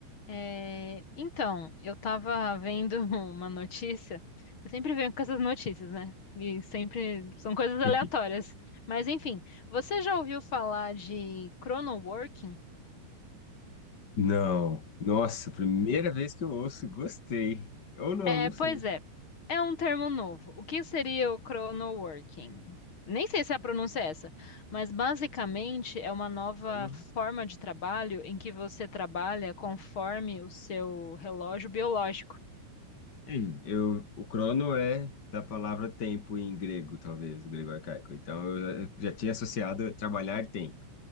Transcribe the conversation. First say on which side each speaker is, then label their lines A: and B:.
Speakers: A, on the left; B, on the left.
A: É, então, eu estava vendo <laughs> uma notícia. Eu sempre venho com essas notícias, né? E sempre são coisas aleatórias.
B: Enfim.
A: Mas enfim, você já ouviu falar de chronoworking?
B: Não. Nossa, primeira vez que eu ouço, gostei. Ou não,
A: É,
B: não
A: pois
B: sei.
A: é, é um termo novo. O que seria o chronoworking? Nem sei se a pronúncia é essa, mas basicamente é uma nova
B: Crono-
A: forma de trabalho em que você trabalha conforme o seu relógio biológico.
B: Ei, Eu, o crono é da palavra tempo em grego, talvez, o grego arcaico. Então, eu eu já tinha associado trabalhar tempo.